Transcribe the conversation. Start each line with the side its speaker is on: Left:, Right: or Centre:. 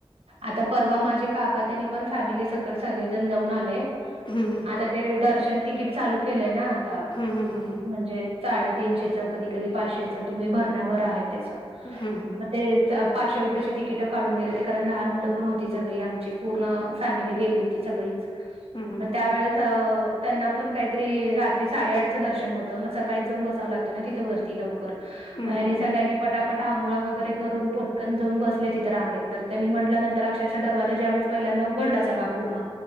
Right: आता परवा माझे काका त्यांनी पण फॅमिली सकट सगळेजण जाऊन आले.
Left: हम हं.
Right: आता ते दर्शन तिकीट चालू केलंय ना आता.
Left: हम हम हं.
Right: म्हणजे साडेतीनशेच कधी कधी पाचशेचं तुम्ही भरण्यावर आहे त्याच.
Left: हम, हम!
Right: ए-पाचशे रुपयाची तिक किट काढून गेले होते, कारण लहान मुलं पण होती, सगळी आमची पूर्ण फॅमिली गेली होती सगळीच.
Left: हम्म
Right: मग त्यावेेळेस अ त्यांना पण काहीतरी रात्री साडेआठचं दर्शन होतं, मग सकाळीच जाऊन बसावं लागतं ना तिथं वरती लव कर
Left: हम्म
Right: यांनी
Left: हम्म
Right: सगळ्यांनी पटापट अंघोळ वगैरे करून पटकन बसले तिथे. रांगेत तर त्यांनी म्हटल्यानंतर अक्षरशा दरवाजा ज्या वेस पहिल्यांदा उघडला सगळा पूर्ण,